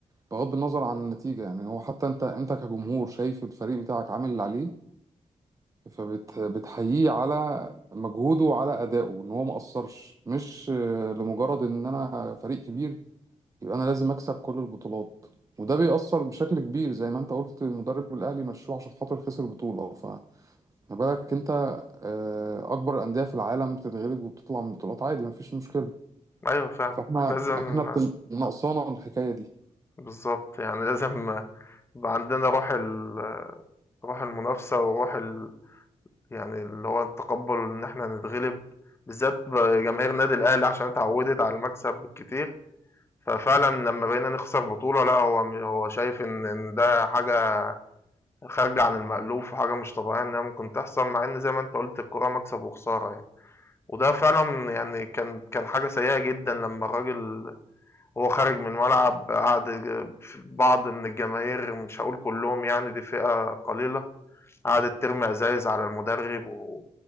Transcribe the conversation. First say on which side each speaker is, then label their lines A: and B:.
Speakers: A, on the right; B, on the left.
A: بغض النظر عن النتيجة يعني هو حتى انت انت كجمهور شايف الفريق بتاعك عامل اللي عليه فبتحييه على مجهوده وعلى أدائه ان هو ما قصرش مش آه، لمجرد ان انا فريق كبير يبقى انا لازم اكسب كل البطولات وده بيأثر بشكل كبير زي ما انت قلت المدرب الاهلي مشوه عشان خاطر خسر بطولة فما بالك انت آه، اكبر الأندية في العالم بتتغلب وبتطلع من بطولات عادي مفيش مشكلة
B: أيوه فعلًا،
A: فاحنا
B: إمم. لازم
A: احنا بت- ناقصانا الحكاية دي
B: بالضبط، يعني لازم يبقى عندنا روح ال روح المنافسة وروح ال يعني اللي هو التقبُّل إن إحنا نتغلب، بالذات ب جماهير النادي الأهلي عشان اتعوّدت على المكسب بالكتير، ففعلًا لمّا بقينا نخسر بطولة لأ، هو م هو شايف إن إن ده حاجة خارجة عن المألوف وحاجة مش طبيعية إنها ممكن تحصل، مع إن زي ما أنت قُلت الكورة مكسب وخسارة يعني، وده فعلًا يعني كان كان حاجة سيئة جدًا لمّا الراجل وهو خارج من الملعب قعد يج ف بعض من الجماهير مش هاقول كلّهم يعني دي فئة قليلة، قعدت ترمي أزايز على المدرب و